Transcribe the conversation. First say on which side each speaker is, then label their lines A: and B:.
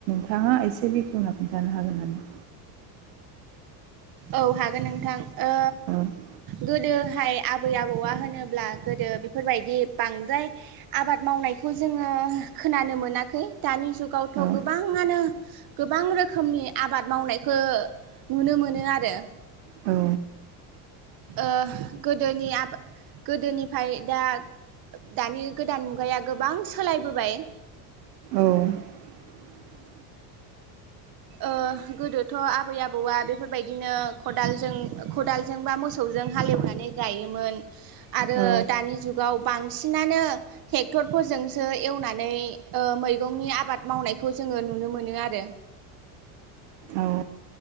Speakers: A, on the right; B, on the right.
A: नोंथाङा एसे बेखेवना खिन्थानो हागोन नामा
B: औ हागोन नोंथां ओ
A: औ
B: गोदो दोहाय आबै आबौआ होनोब्ला गोदो बेफोरबायदि बांद्राय आबाद मावनायखौ जोङो खोनानो मोनाखै दानि जुगावथ'
A: औ
B: गोबाङानो गोबां रोखोमनि आबाद मावनायखौ नुनो मोनो आरो
A: औ
B: ओ गोदोनि आ गोदोनिफ्राय दा दानि गोदान मुगाया गोबां सोलायबोबाय
A: औ
B: ओ गोदोथ' आबै आबौआ बेफोरबायदिनो खालजों खदालजों बा मोसौजों जों हालएवनानै गायोमोन आरो
A: औ
B: दानि जुगाव बांसिनानो ट्रेक्टर फोरजोंसो एवनानै मैगंनि आबाद मावनायखौ जोङो नुनो मोनो आरो
A: औ